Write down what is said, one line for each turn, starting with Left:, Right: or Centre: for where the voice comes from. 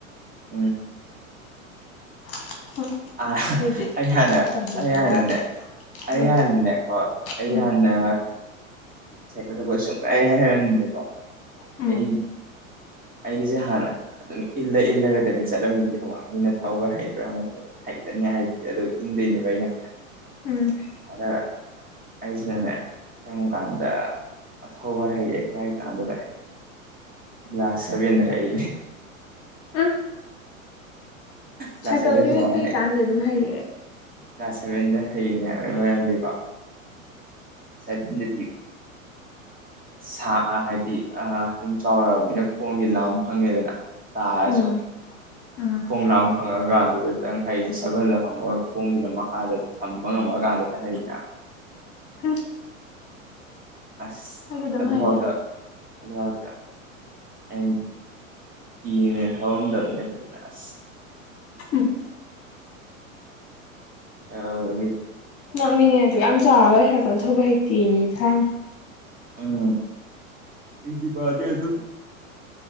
Right: ꯎꯝ
Left: <unintelligible>
Right: ꯑ
Left: ꯁꯤꯗꯤ
Right: ꯑꯌꯥꯅ
Left: ꯇꯝꯁꯤꯟꯗꯕ
Right: ꯑꯌꯥꯅꯟꯅꯦ
Left: ꯌꯥꯗ꯭ꯔꯦ
Right: ꯑꯍꯅ
Left: ꯎꯝ
Right: ꯀ ꯑꯍꯅ
Left: ꯎꯝ
Right: ꯁꯥꯏꯀꯜꯗꯕꯣꯏ ꯁꯨꯡꯂꯥꯏ ꯍꯥꯏꯔꯝꯗꯦꯀꯣ
Left: ꯎꯝ
Right: ꯑꯩ ꯑꯩꯁꯦ ꯍꯥꯟꯅ ꯑꯗꯨꯝ ꯏꯜꯂ ꯏꯜꯂꯒꯗꯤ ꯆꯠꯂꯝꯃꯤꯗꯤ ꯃꯤꯅ ꯊꯧꯕ꯭ꯔꯥ ꯍꯩꯕ꯭ꯔꯥ ꯉ ꯍꯩꯇꯅꯤ ꯍꯥꯏꯁꯤꯦ ꯑꯗꯨꯒ ꯏꯟꯗꯣꯏꯅꯦꯕ ꯑꯩꯅ
Left: ꯎꯝ
Right: ꯑ ꯑꯩꯁꯤꯗꯅꯦ ꯀꯔꯤꯝ ꯀꯥꯟꯗ ꯗ ꯑꯊꯧꯕ ꯍꯩꯔꯛꯦ ꯀꯔꯤ ꯍꯥꯏ ꯀꯥꯟꯗꯨ ꯂꯥꯁ ꯁꯕꯦꯟꯅ
Left: ꯎꯝ
Right: ꯍꯥꯏꯅꯦ
Left: ꯎꯝ
Right: ꯀ꯭ꯂꯥꯁ
Left: ꯁꯥꯏꯀꯜꯗꯤ
Right: ꯁꯚꯦꯟꯁꯦ ꯀꯃꯥꯏꯅ
Left: ꯍ ꯄꯤꯀꯥꯟꯗꯤ
Right: ꯍꯩ
Left: ꯑꯗꯨꯝ ꯍꯥꯏꯩꯔꯛꯑꯦ
Right: ꯀ꯭ꯂꯥꯁ ꯁꯚꯦꯟꯗ ꯍꯌꯦꯅꯦꯀꯣ ꯁꯚꯦꯟꯗ ꯁꯥ ꯍꯥꯏꯗꯤ ꯑꯗꯨꯝ ꯆꯥꯎꯔꯛꯑꯕꯅꯤꯅ ꯈꯣꯡꯁꯦ ꯂꯥ ꯑꯃ ꯐꯪꯉꯦꯗꯅ ꯇꯥꯔꯁꯨ
Left: ꯎꯝ ꯎꯝ
Right: ꯈꯣꯡꯅꯥꯝ ꯐꯪꯉꯀꯥꯟ ꯑꯗꯨꯗ ꯈꯤꯇꯪ ꯍꯩꯩꯅ ꯁꯕꯟꯗ ꯐꯝꯃꯒ ꯈꯣꯡꯁꯤꯅ ꯃꯈꯥꯗ ꯊꯝꯕ ꯉꯝꯃ ꯀꯥꯟꯗꯨꯗ ꯍꯩꯅ
Left: ꯎꯝ
Right: ꯑꯁ
Left: ꯑꯗꯨꯝ
Right: ꯑꯗꯨꯐꯥꯎꯗ
Left: ꯍꯩꯗ
Right: ꯑꯗꯨꯒ ꯑꯩꯅ ꯀꯤꯅꯦ ꯊꯔꯝꯗꯕꯅꯦ ꯐ ꯑꯁ
Left: ꯎꯝ
Right: <unintelligible>
Left: ꯅꯣꯛꯅꯤꯡꯉꯦ ꯑꯗꯨ ꯌꯥꯝ ꯆꯥꯎꯔꯣꯏꯈ꯭ꯔꯦꯀꯣꯜ ꯊꯧꯕꯛ ꯍꯛꯇꯤ ꯊꯥꯏꯅ
Right: ꯎꯝ ꯏꯗꯤꯄꯥ ꯆꯦ ꯑꯗꯨ